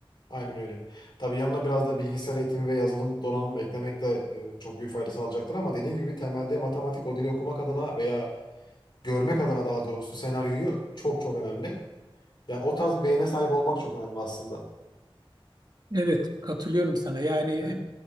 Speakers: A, on the left; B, on the right.
A: Aynen öyle. Tabii yanına biraz da bilgisayar eğitimi ve yazılım donanım eklemek de e, çok büyük fayda sağlayacaktır ama dediğim gibi temelde matematik o dili okumak adına veya görmek adına daha doğrusu senaryoyu çok çok önemli. Yani o tarz beyne sahip olmak çok önemli aslında.
B: Evet, katılıyorum sana. Yani
A: Yani